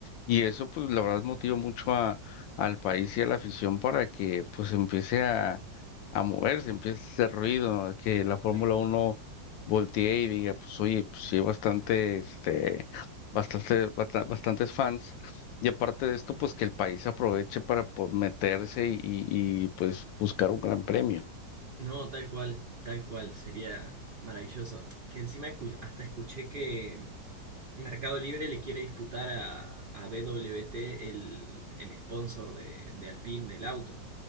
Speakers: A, on the left (about 85°); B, on the right (about 60°).
A: y eso pues la verdad motiva mucho a, al país y a la afición para que pues empiece a, a moverse, empiece a hacer ruido, a que la Fórmula
B: tal cual.
A: Uno voltee y diga pues oye, pues sí hay bastante, este, bastante, basta- bastantes fans. Y aparte de esto, pues que el país aproveche para pues, meterse y y, pues buscar un gran premio.
B: No, tal cual, tal cual, sería maravilloso. Que encima escu- hasta escuché que Mercado Libre le quiere disputar a, a BWT el, el sponsor de, de Alpine del auto.